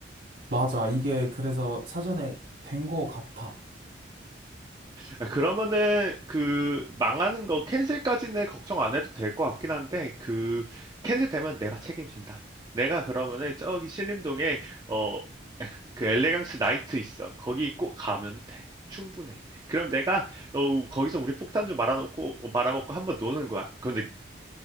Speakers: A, on the right; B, on the right.
A: 맞아. 이게 그래서 사전에 된 거 같아.
B: 아, 그러면은 그 망하는 거 캔슬까지는 걱정 안 해도 될 것 같긴 한데 그 캔슬 되면 내가 책임진다. 내가 그러면은 저기 신림동에 어 그 엘레강스 나이트 있어. 거기 꼭 가면 돼. 충분해. 그럼 내가 어, 거기서 우리 폭탄 좀 말아놓고 어, 말아먹고 한번 노는 거야. 근데